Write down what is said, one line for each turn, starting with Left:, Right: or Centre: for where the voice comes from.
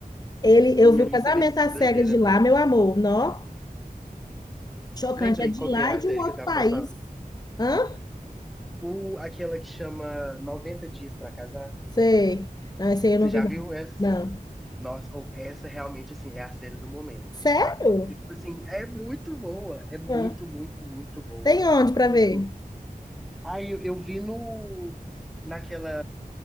Left: Ele,
Centre: E
Left: eu vi
Centre: aí
Left: o casamento
Centre: você vê isso
Left: às
Centre: que doideira.
Left: cegas de lá, meu amor. Nó, chocante.
Centre: Lembrei
Left: É de
Centre: qual
Left: lá
Centre: que era
Left: e
Centre: a
Left: de
Centre: série
Left: um outro
Centre: que eu tava
Left: país.
Centre: pra falar.
Left: Hã?
Centre: O, aquela que chama 90 Dias pra Casar.
Left: Sei. Não, esse aí eu
Centre: Você
Left: não
Centre: já
Left: vi, não.
Centre: viu essa?
Left: Não.
Centre: Nossa, ou essa realmente, assim, é a série do momento,
Left: Sério?
Centre: tá? E, tipo assim, é muito boa. É muito,
Left: Hã?
Centre: muito, muito boa.
Left: Tem onde pra
Centre: Tipo
Left: ver?
Centre: assim, aí eu, eu vi no... Naquela...